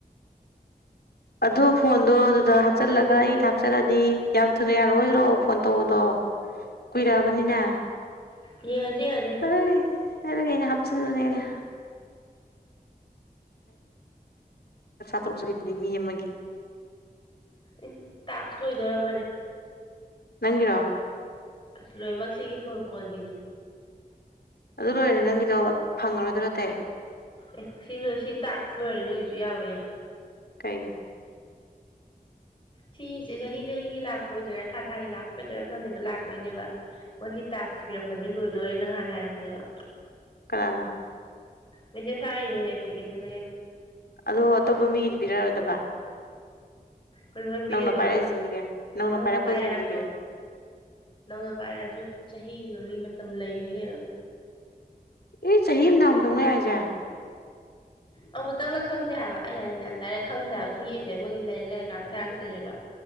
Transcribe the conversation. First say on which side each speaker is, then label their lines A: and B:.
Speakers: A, on the left; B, on the left.
A: ꯑꯗꯨ ꯐꯣꯟꯗꯣ ꯑꯗꯨꯗ ꯍꯥꯞꯆꯤꯜꯂꯒ ꯑꯩꯗ ꯍꯥꯞꯆꯜꯂꯗꯤ ꯌꯥꯝ ꯊꯨꯅ ꯌꯥꯔꯔꯣꯏꯗ꯭ꯔꯣ ꯐꯣꯟ ꯇꯧꯕꯗꯣ ꯀꯏꯔꯕꯅꯤꯅ
B: ꯑꯣ ꯌꯦꯡꯉꯖꯤ ꯌꯦꯡꯉꯖꯤ
A: ꯑꯗꯨ ꯍꯕ ꯀꯩꯅ ꯍꯥꯞꯆꯅꯦꯔ ꯁ ꯇꯔꯨꯛꯆꯈꯤꯕꯅꯤ ꯃꯤ ꯑꯃꯒꯤ
B: ꯑꯦ ꯇꯥꯛꯁꯨ ꯂꯣꯏꯗꯣꯏꯔꯕꯅꯦ
A: ꯅꯪꯔꯥ
B: ꯑꯁ ꯂꯣꯏꯅꯃꯛꯁꯤꯒꯤ ꯐꯣꯟ ꯀꯣꯟꯒꯤꯁꯦ
A: ꯑꯗꯨ ꯂꯣꯏꯔꯗꯤ ꯅꯪꯒꯤꯗꯣ ꯐꯪꯉꯔꯣꯏꯗ ꯅꯠꯇꯦ
B: ꯑꯦ ꯁꯤ ꯁꯤꯤꯠ ꯍꯥꯁꯅꯣ ꯅꯣꯏ ꯌꯥꯔꯣꯏ ꯌꯥ
A: ꯀꯩꯒꯤ
B: ꯁꯤꯁꯦ ꯆꯍꯤ ꯆꯍꯤꯒꯤ ꯂꯥꯛꯄ ꯑꯣꯏꯗꯣꯏꯔꯥ ꯊꯥ ꯊꯥꯒꯤ ꯂꯥꯛꯄ ꯑꯣꯏꯗꯣꯏꯔꯥ ꯈꯪꯗꯦꯕ ꯂꯥꯛꯇꯣꯏꯅꯦꯕ ꯃꯣꯏꯒꯤ ꯇꯥꯛꯁ ꯄꯤꯔꯛꯄꯁꯦ ꯂꯣꯏꯗꯧꯔꯦ ꯅꯪꯍꯥꯟ ꯍꯥꯏꯔꯛꯄꯅꯦꯕ
A: ꯀꯅꯥꯗ
B: ꯃꯁꯦ ꯁꯔꯦ ꯑꯦꯄ꯭ꯂꯤꯀꯦꯁꯟꯦ
A: ꯑꯗꯣ ꯑꯇꯣꯞꯄ ꯃꯤꯒꯤꯗꯤ ꯄꯤꯔꯛꯔꯣꯏꯗꯕ
B: ꯀꯩꯅꯣ ꯄꯤꯗꯣꯏꯕ
A: ꯅꯪꯅ ꯄꯥꯏꯔꯛꯁꯤꯁꯤꯒꯦ ꯅꯪꯅ
B: ꯅꯧꯅ
A: ꯄꯥꯏꯔꯛꯄꯁꯤꯁꯤꯒꯦ
B: ꯄꯥꯏꯔꯛꯑꯁꯨ ꯅꯧꯅ ꯄꯥꯏꯔꯁꯨ ꯆꯍꯤ ꯃꯃꯤ ꯃꯇꯝ ꯂꯩꯔꯤ ꯀꯩꯅꯣ
A: ꯑꯦ ꯆꯍꯤꯍꯤ ꯑꯃꯗꯥꯗꯪ ꯂꯩ ꯍꯥꯏꯁꯦ
B: ꯎ ꯑꯃꯨꯛꯇꯪꯅ ꯈꯪꯗꯦ ꯍꯥꯏꯕ ꯑꯩ ꯑꯩꯅ ꯗꯥꯏꯔꯦꯛ ꯈꯪꯗꯕ ꯁꯤꯒꯤꯁꯦ ꯃꯣꯏ ꯂꯩꯔ ꯂꯩꯔꯀꯥꯟꯗ ꯊꯥꯔꯛꯇꯣꯏꯅꯦꯕ